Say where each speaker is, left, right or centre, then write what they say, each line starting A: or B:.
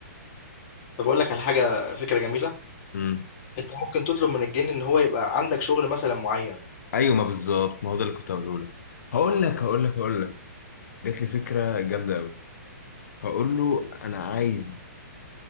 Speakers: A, on the left; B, on the left.
A: طب أقول لك على حاجة فكرة جميلة
B: امم
A: أنت ممكن تطلب من الجن إن هو يبقى عندك شغل مثلا معين
B: ايوه ما بالظبط ما هو ده اللي كنت هقوله لك هقول لك هقول لك هقول لك جات لي فكره جامده قوي. هقول له انا عايز